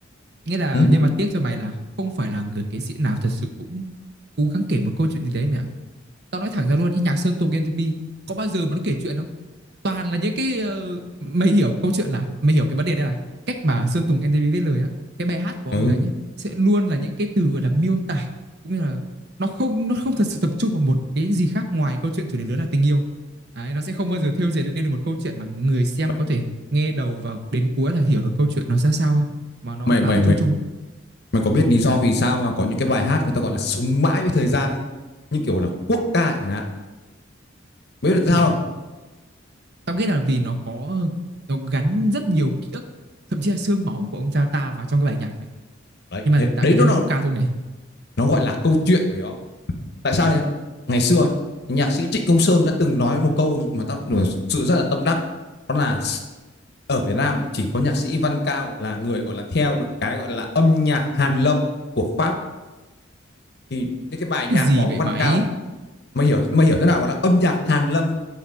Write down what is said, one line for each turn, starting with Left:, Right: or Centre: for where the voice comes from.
Right: nghĩa là
Left: ừ.
Right: nhưng mà tiếc cho mày là không phải là người nghệ sĩ nào thật sự cũng cố gắng kể một câu chuyện gì đấy mày ạ tao nói thẳng ra luôn như nhạc Sơn Tùng MTP có bao giờ mà nó kể chuyện không toàn là những cái ờ, mày hiểu câu chuyện là mày hiểu cái vấn đề đây là cách mà Sơn Tùng MTP viết lời á cái bài hát của
Left: <laughs>
Right: ông
Left: ừ.
Right: đấy nhé sẽ luôn là những cái từ gọi là miêu tả cũng như là nó không nó không thật sự tập trung vào một cái gì khác ngoài câu chuyện chủ đề lớn là tình yêu Đấy, nó sẽ không bao giờ thêu dệt lên được một câu chuyện mà người xem
Left: mày,
Right: có thể nghe đầu vào đến cuối là hiểu được câu chuyện nó ra sao mà nó
Left: mày
Right: khá
Left: mày
Right: là
Left: mày
Right: chung chung
Left: mày có biết lý do vì sao mà có những cái bài hát người ta gọi là sống mãi với thời gian không như kiểu là quốc ca chẳng hạn biết được sao
Right: Ừ.
Left: không
Right: Tao nghĩ là vì nó có nó gắn rất nhiều ký ức thậm chí là xương máu của ông cha ta vào trong cái bài nhạc này
Left: đấy
Right: nhưng mà
Left: thế,
Right: tại
Left: đấy
Right: vì
Left: nó
Right: nó là
Left: là
Right: quốc ca thôi mày
Left: nó gọi là câu chuyện phải không tại sao đấy ngày xưa nhạc sĩ Trịnh Công Sơn đã từng nói một câu mà tao thực sự rất là tâm đắc đó là ở Việt Nam chỉ có nhạc sĩ Văn Cao là người gọi là theo được cái gọi là âm nhạc Hàn Lâm của Pháp thì những cái bài nhạc
Right: cái gì
Left: của ông
Right: vậy
Left: Văn
Right: mày
Left: Cao mày hiểu mày hiểu thế nào gọi là âm nhạc Hàn Lâm không?